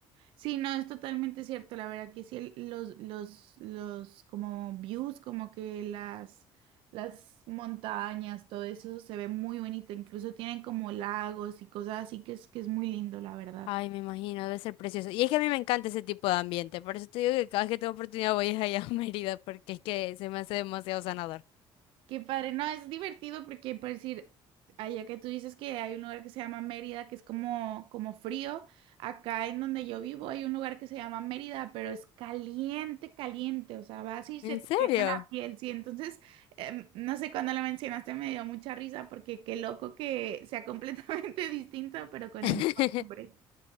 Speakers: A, on the right; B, on the left.
A: Sí, no, es totalmente cierto. La verdad que sí, el- los, los, los como views, como que las, las montañas, todo eso se ve muy bonito. Incluso tienen como lagos y cosas así que es, que es muy lindo, la verdad.
B: Ay, me imagino, debe ser precioso. Y es que a mí me encanta ese tipo de ambiente, por eso te digo que cada vez que tengo oportunidad voy a allá a <laughs> Mérida, porque es que se me hace demasiado sanador.
A: Qué padre, no, es divertido porque, por decir, allá que tú dices que hay un lugar que se llama Mérida, que es como, como frío, acá en donde yo vivo hay un lugar que se llama Mérida, pero es caliente, caliente, o sea, vas y
B: ¿En
A: se te
B: serio?
A: quema la piel, sí, entonces, em, no sé, cuando lo mencionaste me dio mucha risa porque qué loco que sea completamente <laughs> distinto, pero con
B: <laughs>
A: el mismo nombre.